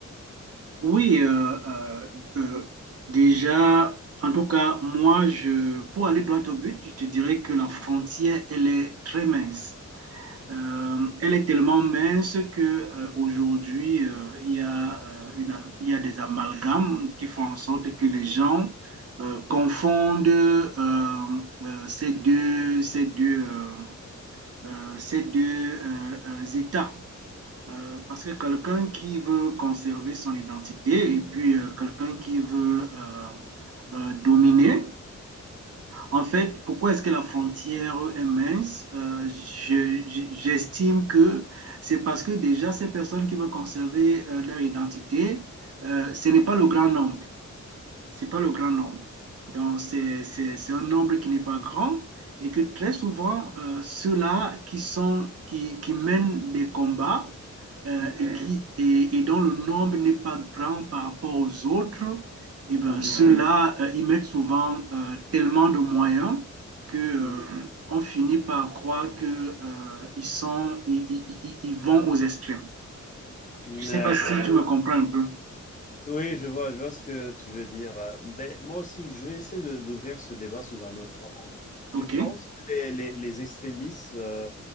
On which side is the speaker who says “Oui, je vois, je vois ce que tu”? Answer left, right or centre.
Left